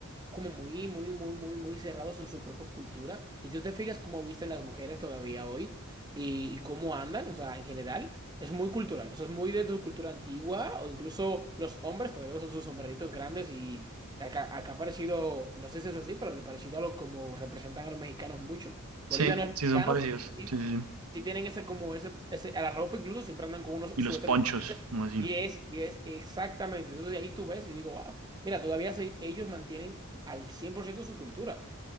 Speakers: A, on the right (about 20°); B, on the right (about 80°).
A: como muy, muy, muy, muy, muy cerrados en su propia cultura. Y si tú te fijas cómo visten las mujeres todavía hoy y, y cómo andan, o sea, en general, es muy cultural. O sea, es muy de tu cultura antigua, o incluso los hombres todavía son sus sombreritos grandes y acá, acá ha parecido, no sé si es así, pero ha parecido a lo como representan a los mexicanos mucho.
B: Sí,
A: Bolivia no es mexicano,
B: sí, son parecidos.
A: pero sí
B: Sí, sí, sí.
A: si tienen ese como ese, ese- a la ropa incluso siempre andan con unos
B: Y
A: suéteres
B: los ponchos,
A: elegantes.
B: no así.
A: y es y es exactamente entonces ahí tú ves y digo wow mira todavía se- ellos mantienen al 100% su cultura